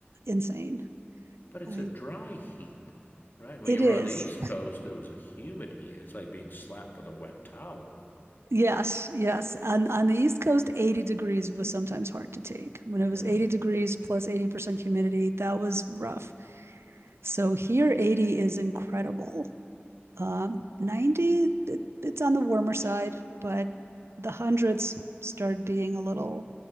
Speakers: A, on the right; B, on the left.
A: insane.
B: but it's
A: I
B: a dry heat, right? When
A: it
B: you were
A: is.
B: on the East Coast, it was a humid heat. It's like being slapped with a wet towel.
A: Yes, yes. On on the East Coast, 80 degrees was sometimes hard to take. When it
B: Yeah.
A: was 80 degrees plus 80% humidity, that was rough. So here 80 is incredible. Um, 90, it, it's on the warmer side, but the hundreds started being a little,